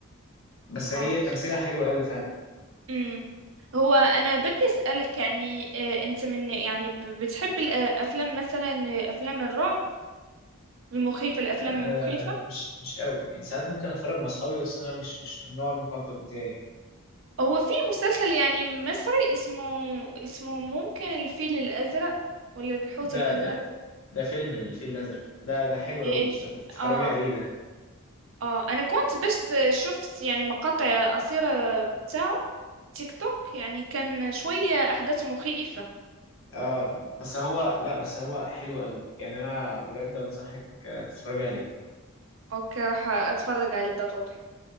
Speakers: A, on the left; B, on the right.
A: بس هي
B: اه
A: تمثيلها حلو قوي فعلا
B: امم هو انا بدي اسالك يعني آه، انت من يعني ب- بتحب الافلام مثلا آه، افلام الرعب المخيفه الافلام
A: آه
B: المخيفه
A: مش مش قوي يعني ساعات ممكن اتفرج مع اصحابي بس انا مش مش من النوع المفضل بتاعي
B: هو في مسلسل يعني مصري اسمه اسمه ممكن الفيل الأزرق ولا الحوت
A: ده
B: الأزرق
A: ده ده فيلم الفيل الازرق ده ده حلو قوي
B: إيه الف...
A: ده تتفرجي
B: اه
A: عليه ده
B: اه انا كنت بس شفت يعني مقاطع قصيرة بتاعه تيك توك يعني كان شوية أحداثه مخيفة
A: اه بس هو لا بس هو حلو قوي يعني انا بجد انصحك آه، تتفرجي عليه
B: اوكي راح اتفرج عليه ضروري